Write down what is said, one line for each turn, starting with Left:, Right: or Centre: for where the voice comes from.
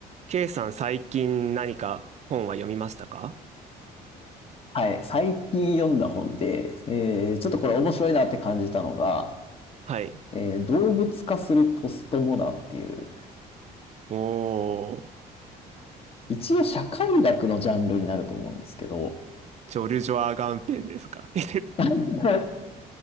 Right: K さん最近何か本は読みましたか
Left: はい、最近読んだ本で、えーちょっとこれ面白いなって感じたのが、
Right: はい。
Left: えー動物化するポストモダンっていう、
Right: おー、
Left: 一応社会学のジャンルになると思うんですけど、
Right: ジョルジョア・ガンペンですか <laughs> 違
Left: <laughs>